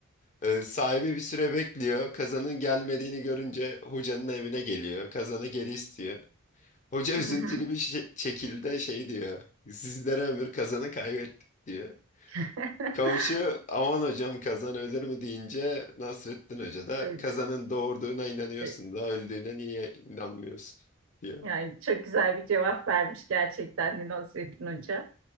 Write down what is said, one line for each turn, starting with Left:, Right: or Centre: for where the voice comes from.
Left: Ee, sahibi bir süre bekliyor. Kazanın gelmediğini görünce hocanın evine geliyor. Kazanı geri istiyor. Hoca
Right: hı
Left: üzüntülü
Right: hı.
Left: bir şe- şekilde şey diyor. Sizlere ömür kazanı kaybettik diyor.
Right: <laughs>
Left: Komşu aman hocam kazan ölür mü deyince Nasrettin Hoca da
Right: Dur,
Left: kazanın
Right: dur.
Left: doğurduğuna inanıyorsun
Right: E,
Left: da öldüğüne niye inanmıyorsun diyor.
Right: Yani çok güzel bir cevap vermiş gerçekten de Nasrettin Hoca.